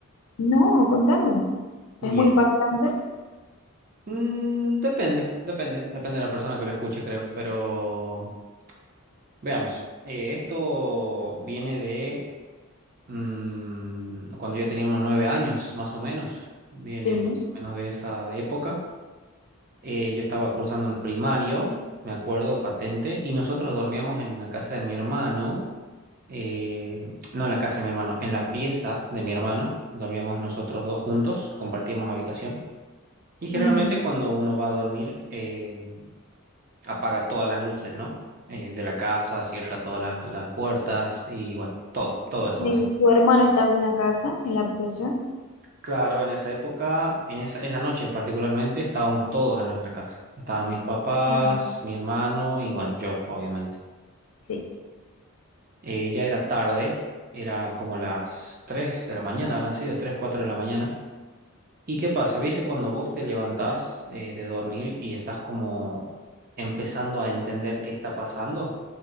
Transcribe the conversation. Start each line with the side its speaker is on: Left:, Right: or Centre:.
Left: No, contame.
Right: Bien.
Left: Es muy impactante.
Right: Mm, depende, depende. Depende de la persona que lo escuche, creo. Pero veamos. Eh, esto viene de mm, cuando yo tenía unos nueve años, más o menos. Viene
Left: Sí.
Right: más o menos de esa época. Eh, yo estaba cursando el primario, me acuerdo, patente, y nosotros dormíamos en la casa de mi hermano, eh, no en la casa de mi hermano, en la pieza de mi hermano, dormíamos nosotros dos juntos, compartíamos habitación, y generalmente
Left: ujú.
Right: cuando uno va a dormir, eh, apaga todas las luces, ¿no? Eh, de la casa, cierra todas las, las puertas y bueno, todo, todo eso
Left: ¿Y
Right: básicamente.
Left: tu hermano estaba en la casa, en la habitación?
Right: Claro, en esa época, en esa, esa noche particularmente, estábamos todos en nuestra casa. Estaban mis papás,
Left: Ah,
Right: mi hermano y bueno, yo, obviamente.
Left: sí.
Right: Eh, ya era tarde, era como las 3 de la mañana, habrán sido 3 4 de la mañana. ¿Y qué pasa? ¿Viste cuando vos te levantás eh, de dormir y estás como empezando a entender qué está pasando?